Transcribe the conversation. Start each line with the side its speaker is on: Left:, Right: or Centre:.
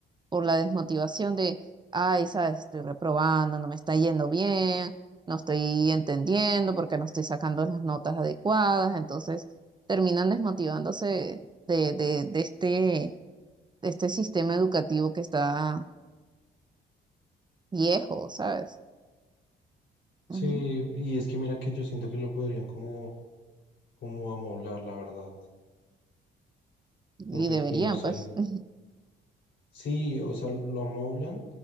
Right: por la desmotivación de, ay, sabes, estoy reprobando, no me está yendo bien, no estoy entendiendo porque no estoy sacando las notas adecuadas, entonces terminan desmotivándose de, de, de este, de este sistema educativo que está viejo, ¿sabes?
Left: Sí,
Right: Ujú.
Left: y es que mira que yo siento que lo podrían como, como amoblar, la verdad.
Right: Y
Left: Entonces,
Right: deberían,
Left: pues no sé.
Right: pues. <laughs>
Left: Sí, o sea, lo amoblan